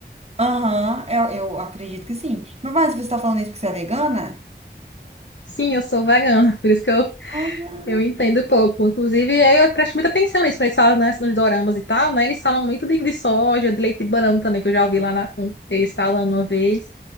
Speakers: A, on the right; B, on the left.
A: Aham, eu, eu acredito que sim. Mas, mas você está falando isso porque você é vegana?
B: Sim, eu sou vegana, por isso que eu,
A: Ah,
B: eu entendo pouco. Inclusive, eu presto muita atenção nisso, quando eles falam né, nos doramas e tal, né? Eles falam muito de, de soja, de leite de banana também, que eu já ouvi lá na- um- eles falando uma vez.